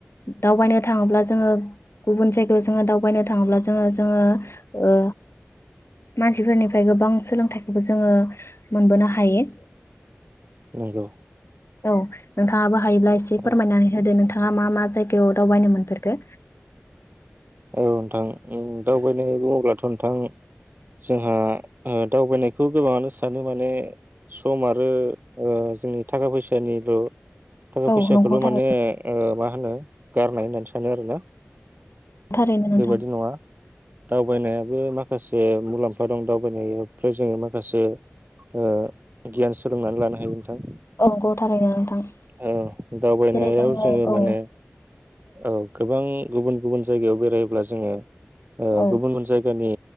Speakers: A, on the left; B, on the right.
A: दावबायनो थांङोब्ला जोंङो गुबुन जायगायाव जोंङो दावबायनो थांङोब्ला जोंङो जोंङो ओ मानसिफोरनिफ्राय गोबां सोलोंथाइखौबो जोंङो मोनबोनो हायो।
B: नंगौ।
A: औ नोंथांङाबो हायोब्ला एसे
B: औ
A: फोरमायनानै होदो नोंथां। थांङा मा मा जायगायाव दावबायनो मोनफोरखो?
B: औ नोंथां। उम दावबायनाय बुंङोब्लाथ' नोंथां। जोंहा ओ दावबायनायखौ गोबांङानो सानो माने सम आरो ओ जोंनि थाखा फैसानिल' थाखा
A: औ
B: फैसाखौल'
A: नंगौ
B: माने
A: थारै
B: ओ मा होनो गारनाय होननानै सानो आरोना?
A: थारैनो नोंथां।
B: बेबादि नङा दावबायनायाबो माखासे मुलाम्फा दं दावबाय नायफ्राय जोंङो माखासे ओ गियान सोलोंनानै लानो हायो नोंथां।
A: औगौ थारैनो नोंथां।
B: औ दावबायनायाव
A: जेरै जोङो
B: जोंङो
A: औ
B: माने औ गोबां गुबुन गुबुन जायगायाव बेरायोब्ला जोंङो ओ
A: औ
B: गुबुन गुबुन जायगानि